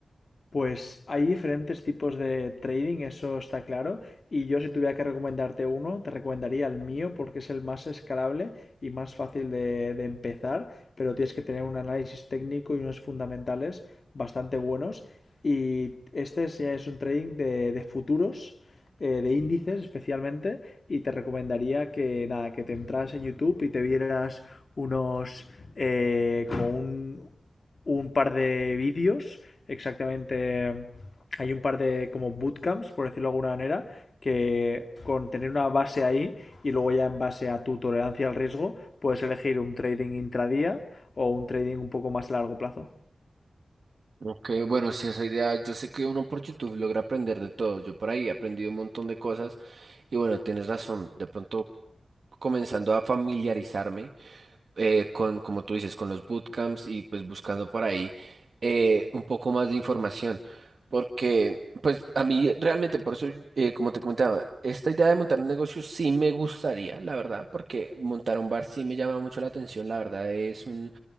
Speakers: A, on the left; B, on the right.
A: Pues hay diferentes tipos de trading, eso está claro. Y yo si tuviera que recomendarte uno, te recomendaría el mío porque es el más escalable y más fácil de, de empezar, pero tienes que tener un análisis técnico y unos fundamentales bastante buenos. Y este es- ya es un trading de, de futuros, eh, de índices especialmente, y te recomendaría que nada, que te entras en YouTube y te vieras unos, eh, como un, un par de vídeos exactamente. Hay un par de como bootcamps, por decirlo de alguna manera, que con tener una base ahí y luego ya en base a tu tolerancia al riesgo, puedes elegir un trading intradía o un trading un poco más a largo plazo.
B: Ok, bueno, sí, esa idea, yo sé que uno por YouTube logra aprender de todo, yo por ahí he aprendido un montón de cosas y bueno, tienes razón, de pronto comenzando a familiarizarme eh, con, como tú dices, con los bootcamps y pues buscando por ahí eh, un poco más de información, porque pues a mí realmente, por eso, eh, como te comentaba, esta idea de montar un negocio sí me gustaría, la verdad, porque montar un bar sí me llama mucho la atención, la verdad es un